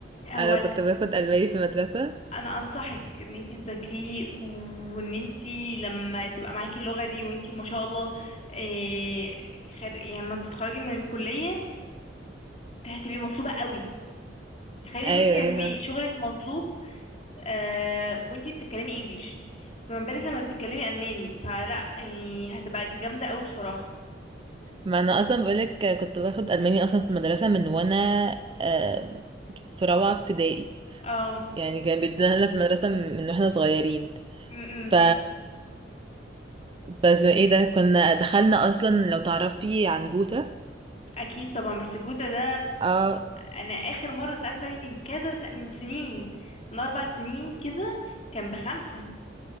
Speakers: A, on the left; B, on the right.
A: هو
B: انا
A: ال-
B: كنت باخد الماني في المدرسة
A: انا انصحك ان انت تذاكريه وان انت لما تبقى معاكي اللغه دي وانت ما شاء الله إيه خر... يعني لما تتخرجي من الكليه هتبقي مطلوبه قوي تخيلي
B: ايوه
A: ان انت هتبقي
B: ايوه فاهم.
A: شغلك مطلوب آه وانت بتتكلمي انجليش فما بالك لما بتتكلمي الماني فلا يعني هتبقى جامده قوي بصراحه
B: ما انا اصلا بقولك آه، كنت باخد الماني اصلا في المدرسة من وانا آه، في رابعة ابتدائي
A: اه
B: يعني كان بيدونا لنا في المدرسة من واحنا صغيرين
A: م-
B: ف
A: م.
B: بس ايه ده كنا دخلنا اصلا لو تعرفي عن جوتا
A: اكيد طبعا بس الجوتا ده
B: اه
A: انا اخر مره سالت عليه من كذا س... من سنين من اربع سنين كده كان بخمسه